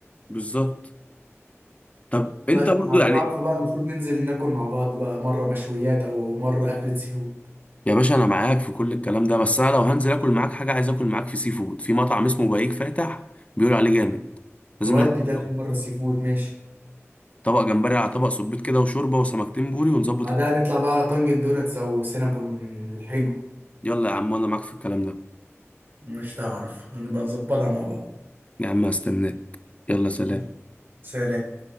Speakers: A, on the left; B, on the right.
A: بالظبط طب انت
B: لا ده
A: برضو
B: احنا كده
A: يعني
B: عارفه بقى المفروض ننزل ناكل مع بعض بقى مرة مشويات او مرة أكلة سي فود
A: يا باشا انا معاك في كل الكلام ده بس انا لو هنزل اكل معاك حاجه عايز اكل معاك في سي فود في مطعم اسمه بهيج فاتح بيقولوا عليه جامد لازم
B: نودي
A: نروح
B: ده
A: نجربه
B: في مرة سي فود ماشي
A: طبق جمبري على طبق صبيط كده وشوربه وسمكتين بوري ونظبط
B: بعدها
A: الكلام
B: نطلع بقى على طنجن دوناتس او سينابون الحلو
A: يلا يا عم انا معاك في الكلام ده
B: مش تعرف نبقى نظبطها مع بعض
A: يا عم هستناك يلا سلام
B: ماشي. سلام